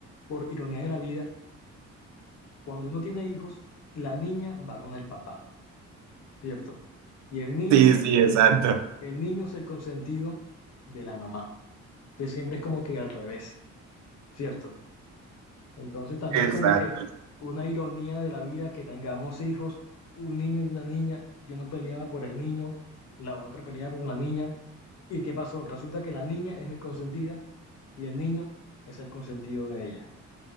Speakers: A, on the left; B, on the right.
A: por ironía de la vida, cuando uno tiene hijos, la niña va con el papá, ¿cierto? Y el niño,
B: Sí, sí, exacto.
A: el niño es el consentido de la mamá. Entonces siempre es como que al revés, ¿cierto? Entonces también
B: Exacto.
A: es como que una ironía de la vida que tengamos hijos, un niño y una niña. Yo no peleaba por el niño, la otra peleaba por la niña. ¿Y qué pasó? Resulta que la niña es mi consentida y el niño es el consentido de ella.